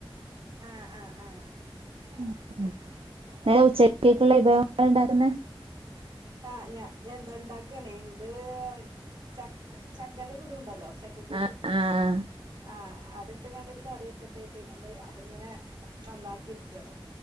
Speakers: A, on the right (about 50°); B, on the right (about 80°).
A: ആഹ് ആഹ് ആഹ്
B: <unintelligible>
A: ഉം
B: ഉച്ചക്കൊക്കുള്ള വിഭവങ്ങ ഉണ്ടാക്കുന്ന
A: ആ ഞാ എന്താ ഇണ്ടാക്കണേ എന്ത് ച ചക്കന്റെ കുരു ഉണ്ടല്ലോ ചക്കക്കുരു
B: ആഹ് ആഹ്
A: ആ അത് ഇട്ട ഇങ്ങാണ്ട് ഒരു കറിയൊക്കെ ഇട്ടത്തങ്ങാണ്ട് അതിങ്ങനെ നന്നാക്കി ഇരിക്കയാണ്